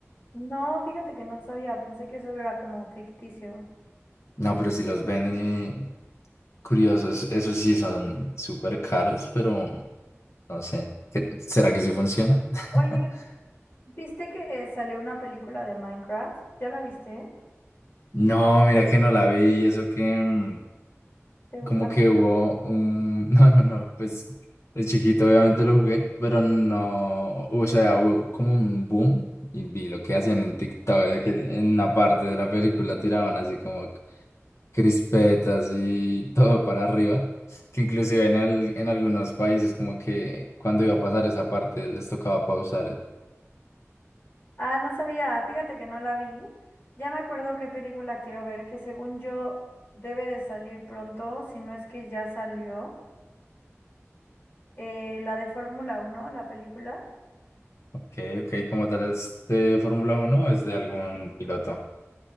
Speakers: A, on the left; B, on the left.
A: No, fíjate que no sabía, pensé que solo era como ficticio.
B: No, pero si los venden y curiosos, esos sí son súper caros, pero no sé, ¿qué- será que sí funciona? <laughs>
A: Oye, ¿viste que salió una película de Minecraft? ¿Ya la viste?
B: No, mira que no la vi, eso que... mm,
A: ¿Te gusta
B: como
A: Minecraft?
B: que hubo un... <laughs> No, no, no, pues de chiquito obviamente lo jugué, pero no, o sea, hubo como un boom y vi lo que hacían en TikTok, de que en una parte de la película tiraban así como crispetas y <laughs> todo para arriba, que inclusive en, el en algunos países como que cuando iba a pasar esa parte les tocaba pausar. eh.
A: Ah, no sabía, fíjate que no la vi. Ya me acuerdo qué película quiero ver, que según yo debe de salir pronto, si no es que ya salió. Eh, la de Fórmula uno, la película.
B: Ok, ok, ¿cómo tal es de Fórmula Uno o es de algún piloto?